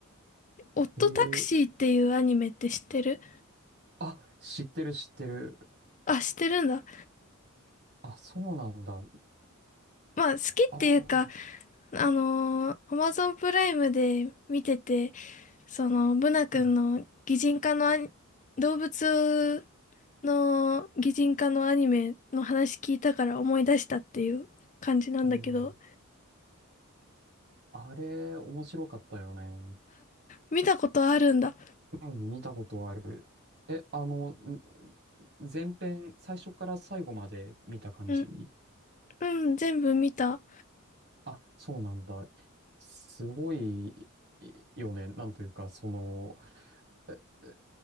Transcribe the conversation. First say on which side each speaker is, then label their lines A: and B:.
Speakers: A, on the left (about 35°); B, on the right (about 50°).
A: オットタクシーっていうアニメって知ってる
B: ええあ、知ってる知ってる。
A: あ、知ってるんだ。
B: あ、そうなんだ。あ
A: まあ、好きっていうか、
B: あ、
A: あのー、アマゾンプライムで見てて、その、ブナ君の擬人化のアニ、
B: うん。
A: 動物の擬人化のアニメの話聞いたから思い出したっていう感じなんだけど、
B: おーあれ、面白かったよね。
A: 見たことあるんだ。
B: うん、見たことある。え、あの、ん前編、最初から最後まで見た感じ
A: うん、うん、全部見た。
B: あ、そうなんだ。すごいよね。なんというか、その、ええ